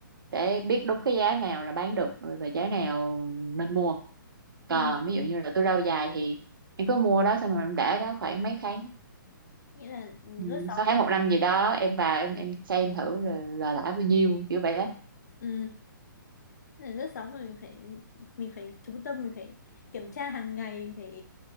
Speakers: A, on the right; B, on the left.
A: để biết đúng cái giá nào là bán được và giá nào nên mua
B: Ừ.
A: còn ví dụ như là tôi rau dài thì em cứ mua đó xong rồi em để đó khoảng mấy tháng
B: Nghĩa là lớp
A: ừ,
B: 6
A: sáu
B: này.
A: tháng một năm gì đó em vào em em xem thử là, là lãi bao nhiêu kiểu vậy đó
B: Ừ. Nên là lướt sóng là mình phải mình phải chú tâm mình phải kiểm tra hàng ngày phải